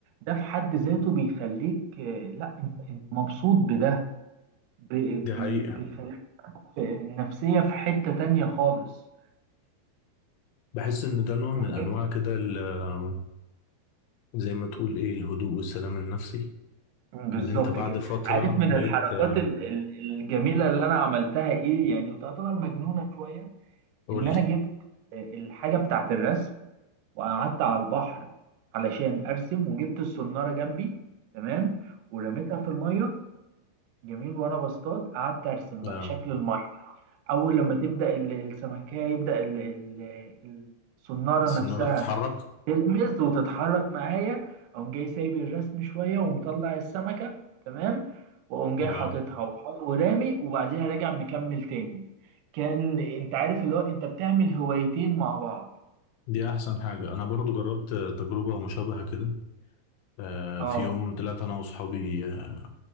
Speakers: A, on the right; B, on the left.
A: ده في حد ذاته بيخليك آه، لا انت انت مبسوط بده بي- بي-
B: دي حقيقة
A: بيخليك في- النفسية في حتة تانية خالص
B: بحس ان ده نوع
A: ولكن
B: من انواع كده ال- آه، زي ما تقول ايه الهدوء والسلام النفسي
A: بالظبط
B: ان انت بعد
A: كده
B: فترة
A: عارف من
B: بقيت
A: الحركات
B: آه،
A: ال- ال- الجميلة اللي انا عملتها ايه يعني وتعتبر مجنونة شوية
B: قول
A: ان
B: لي
A: انا جبت آه، الحاجة بتاعت الرسم وقعدت على البحر علشان ارسم وجبت الصنارة جنبي تمام ورميتها في المية جميل وانا بصطاد قعدت ارسم
B: اه
A: بقى شكل الميه اول لما تبدا ال- السمكيه يبدا ال- ال- الصناره
B: السنارة
A: نفسها
B: تتحرك
A: تغمز وتتحرك معايا اقوم جاي سايب الرسم شويه ومطلع السمكه تمام واقوم جاي
B: اه
A: حاططها وح- ورامي وبعديها راجع مكمل تاني كان انت عارف اللي هو انت بتعمل هوايتين مع بعض
B: دي احسن حاجة انا برضو جربت آه، تجربة مشابهة كده آه،
A: اه
B: في يوم طلعت انا وصحابي آه،